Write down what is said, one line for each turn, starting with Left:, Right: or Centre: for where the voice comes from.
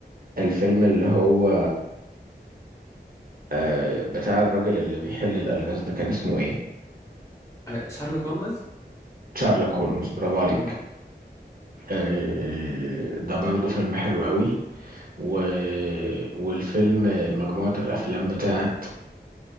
Right: الفيلم اللي هو آه، بتاع الراجل اللي بيحل الالغاز ده كان اسمه ايه
Left: آه، شارلوك هولمز
Right: شارلوك هولمز برافو عليك
Left: اه
Right: آه، ده برضو فيلم حلو قوي و... والفيلم مجموعة الأفلام بتاعت